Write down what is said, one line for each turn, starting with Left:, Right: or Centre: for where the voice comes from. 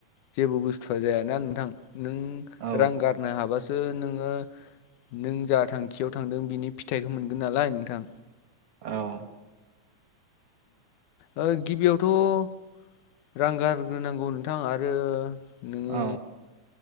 Left: जेबो बुसतुआ जायाना नोंथां नों
Right: औ
Left: रां गारनो हाबासो नोङो नों जा थांखियाव थांदों बिनि फिथाइखौ मोनगोन नालाय नोंथां
Right: औ
Left: ओ गिबियावथ' रां गारग्रोनांगौ नोंथां आरो नोङो
Right: औ